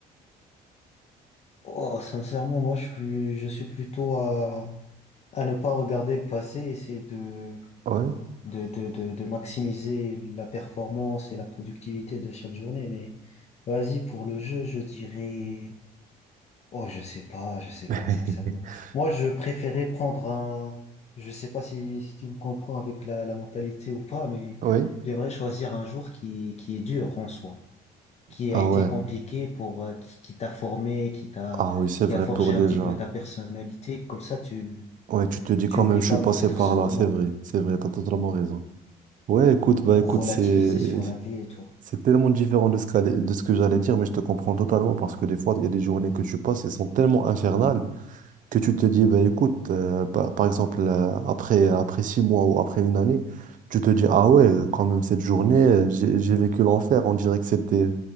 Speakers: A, on the left; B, on the right.
A: Oh, sincèrement, moi, je suis, je suis plutôt à, à ne pas regarder le passé, essayer de,
B: Ouais,
A: de, de, de, de maximiser la performance et la productivité de chaque journée. Mais vas-y, pour le jeu, je dirais, oh, je sais pas, je sais
B: <laughs>
A: pas, sincèrement. Moi, je préférais prendre un, je sais pas si, si tu me comprends avec la, la mentalité ou pas, mais
B: oui.
A: j'aimerais choisir un jour qui, qui est dur en soi qui
B: Ah
A: a été
B: ouais.
A: compliqué pour, euh, qui, qui t'a formé, qui t'a,
B: Ah oui, c'est
A: qui
B: vrai
A: a forgé
B: pour
A: un
B: déjà.
A: petit peu ta personnalité. Comme ça, tu,
B: Ouais, tu te dis quand
A: tu oublies
B: même je
A: pas
B: suis passé
A: peut-être
B: par
A: ce
B: là,
A: moment
B: c'est vrai, c'est vrai, t'as totalement raison. Ouais, écoute, bah
A: pour
B: écoute,
A: relativiser
B: c'est <laughs>
A: sur la vie et tout.
B: C'est tellement différent de ce qu'allait- de ce que j'allais dire, mais je te comprends totalement parce que des fois, il y a des journées que tu passes elles sont tellement infernales que tu te dis, bah, écoute, euh, bah, par exemple, euh, après, après six mois ou après une année, tu te dis, ah ouais, quand même, cette journée, euh, j'ai, j'ai vécu l'enfer. On dirait que c'était